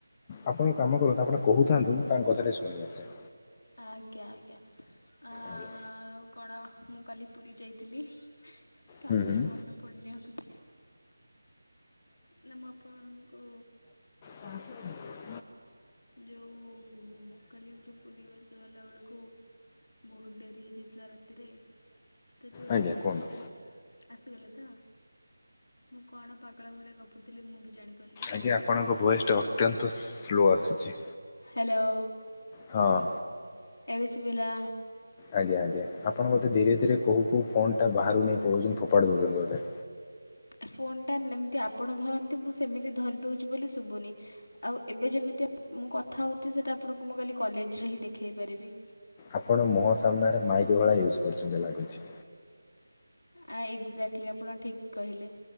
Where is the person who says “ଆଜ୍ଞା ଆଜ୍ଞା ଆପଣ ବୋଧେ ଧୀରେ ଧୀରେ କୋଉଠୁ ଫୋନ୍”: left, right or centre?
Left